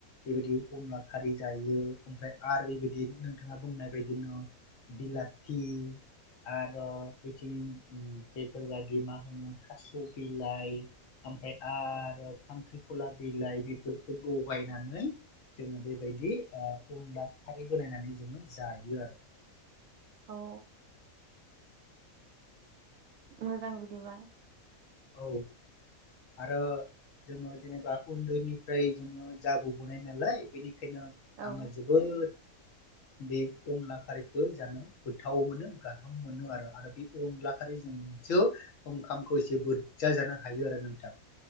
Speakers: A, on the left; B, on the right.
A: बेबायदि अनला खारै जायो। ओमफ्राय आरो बेबायदि नोंथाङा बुंनाय बदिनो बिलाथि आरो बिथिं उम बेफोरबायदि मा होनो थास' बिलाइ ओमफ्राय आरो खांख्रिख'ला बिलाइ बेफोरखौ लगायनानै जोङो बेबायदिओ अनला खारै बानायनानै जोङो जायो आरो।
B: औ मोजां बिदिबा।
A: औ आरो जोङो जेनोबा उन्दैनिफ्राय जोङो जाबोबोनाय नालाय बेनि खायनो
B: औ
A: आङो जोबोद बे अनला खारैखौ जानो गोथाव मोनो गाहाम मोनो आरो आरो बे अनला खारैजोंसो ओंखामखौ जोबोद बोदजा जानो हायो आरो नोंथां।